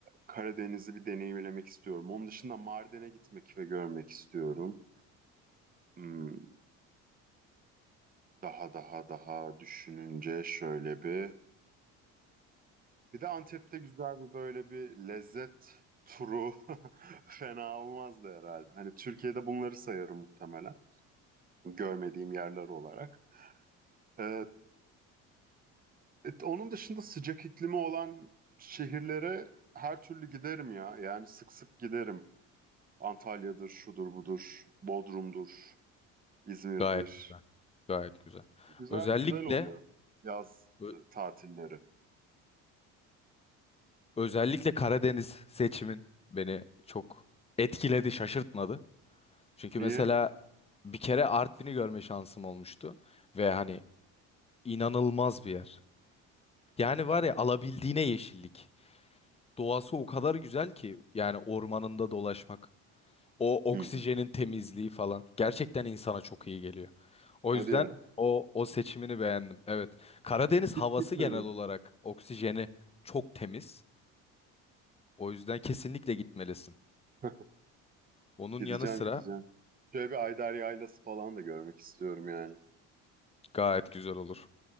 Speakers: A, on the right; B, on the left.
A: Karadeniz'i bir deneyimlemek istiyorum. Onun dışında Mardin'e gitmek ve görmek istiyorum. Hmm, daha daha daha düşününce şöyle bir... Bir de Antep'te güzel bir böyle bir lezzet turu <laughs> fena olmazdı herhalde. Hani Türkiye'de bunları sayarım muhtemelen. Görmediğim yerler olarak. Ee, E, onun dışında sıcak iklimi olan şehirlere her türlü giderim ya. Yani sık sık giderim. Antalya'dır, şudur budur, Bodrum'dur, İzmir'dir.
B: Gayet güzel. Gayet güzel.
A: Güzel
B: Özellikle
A: güzel oluyor yaz
B: ö-
A: e, tatilleri.
B: özellikle Karadeniz seçimin beni çok etkiledi, şaşırtmadı. Çünkü
A: Niye?
B: mesela bir kere Artvin'i görme şansım olmuştu ve hani inanılmaz bir yer. Yani var ya alabildiğine yeşillik. Doğası o kadar güzel ki yani ormanında dolaşmak, o
A: Hı
B: oksijenin
A: hı.
B: temizliği falan gerçekten insana çok iyi geliyor. O
A: Hadi
B: yüzden
A: ya.
B: o o seçimini beğendim. Evet. Karadeniz havası
A: Hiç gitmedim.
B: genel olarak oksijeni çok temiz. O yüzden kesinlikle gitmelisin.
A: <laughs>
B: Onun
A: Gideceğim
B: yanı sıra
A: gideceğim. Şöyle bir Ayder Yaylası falan da görmek istiyorum yani.
B: gayet güzel olur.